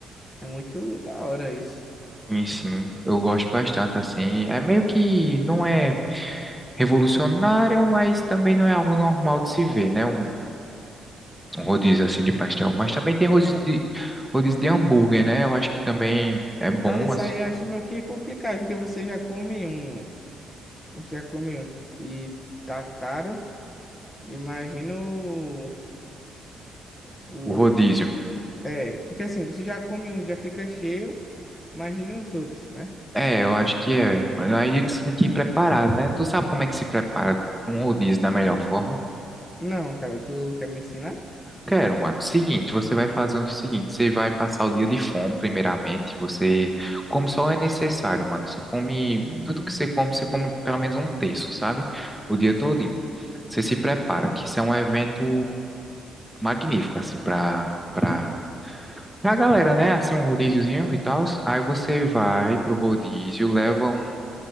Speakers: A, on the left (about 25°); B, in the centre.
A: É muito da hora isso.
B: Sim, sim, eu gosto bastante assim. É meio que não é revolucionário, mas também não é algo normal de se ver, né? Um, um rodízio assim de pastel, mas também tem rodízio
A: É.
B: de, rodízio de hambúrguer, né? Eu acho que também é bom
A: Cara, isso
B: assim,
A: aí eu acho meio que complicado, porque você já come um. Você já comeu e tá caro, imagina o, o
B: o rodízio.
A: outro. né? É, porque assim, você já come um, já fica cheio, imagine os outros, né?
B: É, eu acho que é. Mas Aí tu tem que ir preparado, né? Tu sabe como é que se prepara para um rodízio da melhor forma?
A: Não, cara, tu quer me ensinar?
B: Quero, mano. Seguinte, você vai fazer o seguinte, você vai passar o dia de fome, primeiramente, você come só o é necessário, mano. Você come
A: Hum,
B: tudo que você come, você come pelo menos um terço, sabe? O dia
A: sim,
B: todo.
A: sim.
B: Você se prepara, que isso é um evento magnífico, assim, pra, pra, pra galera, né? Assim, um rodíziozinho e tal. Aí você vai pro rodízio, leva um